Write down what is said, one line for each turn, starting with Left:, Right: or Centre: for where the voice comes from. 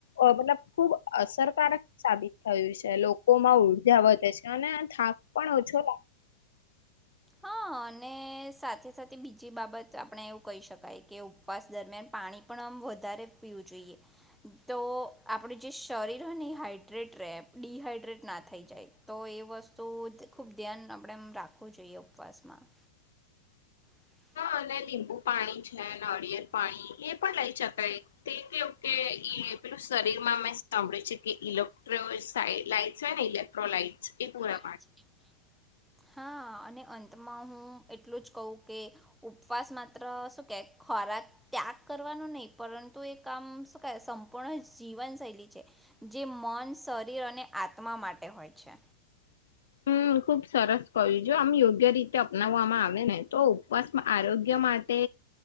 Left: મતલબ ખુબ અસરકારક સાબિત થયું છે લોકોમાં ઉર્જા વધ છે અને થાક પણ ઓછો લાગે
Centre: હા અને સાથે સાથે બીજી બાબત આપણે એવું કહી શકાય કે ઉપવાસ દરમિયાન પાણી પણ વધ પીું જોઈએ તો આપડ જે શરીર હોય ને હાઈડ્રેટ ર ડડીહાઈડ્રેટ ના થઈ જાય તો એ વસ્તુ ખૂબ ધ્યાન આપણે એમ રાખવું જોઈએ પાસમાં હા
Left: મ લીંબુ પાણી છે અળિયેળ પાણી એ પણ લઈ જતાય તે કેવું કે પેલું શરીર માં મેં સાંભળ્યું છે કે ઇલેક્ટ્રો લટ હોય ને ઇલેક્ટ્રોલાઈટ એ પુરા
Centre: <inaudible> હા અને અંતમાં હું એટલું જ કહું કે ઉપવાસ માત્ર શું કેક ખોરાક ત્યાગ કરવાનું નહીં પરંતુ એ કામ શું કહે સંપૂર્ણ જીવનશૈલી છે જે મન શરીર અને આત્મા માટે હોય છે
Left: હમ ખુબ સરસ કહ્યું જો આમ યોગ્ય રીતે અપનાવવામાં આવે ને તો ઉપવાસમાં આરોગ્ય માટે